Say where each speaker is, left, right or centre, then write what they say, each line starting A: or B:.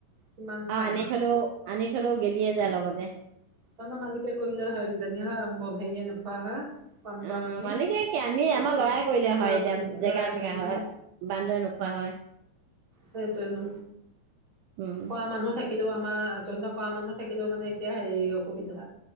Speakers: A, on the right (about 25°); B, on the right (about 80°).
A: কিমান খাম
B: আৰু আনি
A: আও
B: থলো আনি থলেও গেলিয়ে যায়
A: তহঁতৰ
B: লগতে
A: মালিকে কৰিলে হয় কিজানি, হয়। ব' হেৰিয়াৰ হয়! হয়! কাম কৰা
B: অ'
A: মানুহ
B: মালিকে কি, আমি
A: কষ্ট
B: আমাৰ ল'ৰাই
A: কৰে
B: কৰিলে
A: তই
B: হয় এতিয়া।
A: কৰিলি লৰাই
B: জেগা
A: কৰিলি
B: থকা হয়, বান্দৰে নোখোৱা হয়।
A: সেইটোয়ে নহ।
B: উম
A: খোৱা মানুহ থাকিলেও আমাৰ তহঁতি ত' কৰা মানুহ। থাকিলেও মানে। এতিয়া হেৰি অসুবিধা,